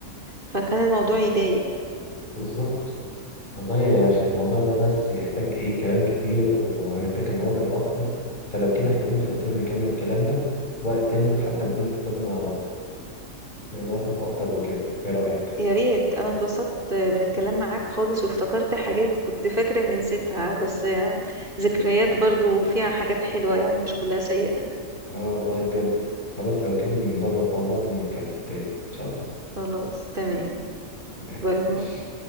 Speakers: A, on the right; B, on the left.
A: فكان الموضوع يضايق
B: بالظبط والله عشان الموضوع ده بس يحتاج ايه كلام كتير و- وهنتكلم مواقف اكتر فلو كده احنا ممكن اساسا نكمل كلامنا وقت تاني حتى نكون افتكرنا مواقف اكتر وكده ايه رايك
A: يا ريت انا انبسطت من الكلام معاك خالص وافتكرت حاجات كنت فاكرة اني نسيتها بس ذكريات برضو فيها حاجات حلوة يعني مش كلها سيئة
B: اه والله بجد خلاص لو كده نظبط مع بعض ونتكلم تاني ان شاء الله
A: خلاص تمام
B: تمام
A: باي
B: ماشي
A: باي